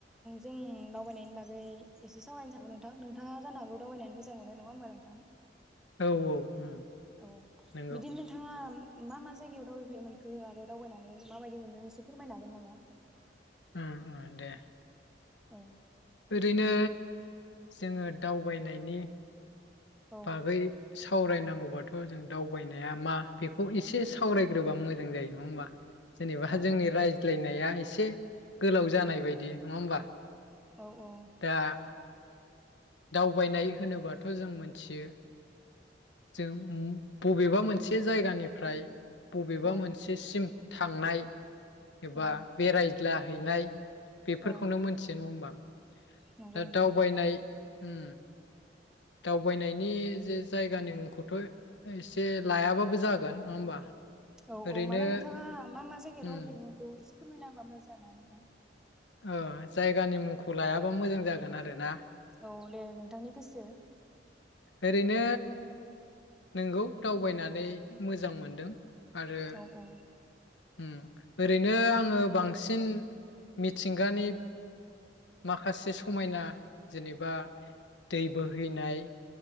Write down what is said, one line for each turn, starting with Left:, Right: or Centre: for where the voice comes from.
Centre: जों दावबायनायनि बागै एसे सावरायनो <unintelligible> नोंथां नोंथाङा जानो हागौ दावबायनानै मोजां मोनो नङा होमबा नोंथां।
Left: औ औ उम
Centre: औ
Left: नंगौ
Centre: बिदि नोंथाङा मा मा जायगायाव दावबायफेरनो मोनखो आरो दावबायनानै माबायदि मोनदों एसे फोरमायनो हागोन नामा।
Left: उम उम दे।
Centre: औ
Left: ओरैनो जोङो दावबायनायनि
Centre: औ
Left: बागै सावरायनांगौबाथ जों दावबायनाया मा बेखौ ए से सावरायग्रोबा
Centre: औ
Left: मोजां जायो <unintelligible> जेनेबा
Centre: औ
Left: जोंनि रायज्लायनाया से गोलाव जानाय बायदि नङा होमबा
Centre: औ औ
Left: दा दावबायनाय होनोबाथ जों मोन थियो जों उम बबेबा मोनसे जायगानिफ्राय बबेबा
Centre: औ
Left: मोनसेसिम थांनाय एबा
Centre: औ
Left: बेराय ला हैनाय बेफोरखौनो
Centre: औ
Left: मोनथियो नङा होमबा।
Centre: नंगौ
Left: दा
Centre: नोंथां
Left: दावबायनाय
Centre: नंगौ
Left: उम दाव बेनि जे जायगानि मुंखौथ' एसे लायाबाबो जागोन नङा होमबा
Centre: औ
Left: ओरैनो
Centre: औ माने नोंथाङा मा मा जायगायाव
Left: उम
Centre: दावबायफेरनो मोनखो एसे फोरमायना होबा मोजां जागोन नामा नोंथां?
Left: ओ जायगानि मुंखौ लायाबा मोजां जागोन आरो ना।
Centre: औ दे नोंथांनि गोसो।
Left: ओरैनो नंगौ दावबायनानै मोजां मोनदों। आरो
Centre: औ औ
Left: उम ओरैनो आङो बांसिन मिथिंगानि माखासे समायना जेनेबा दै बोहैनाय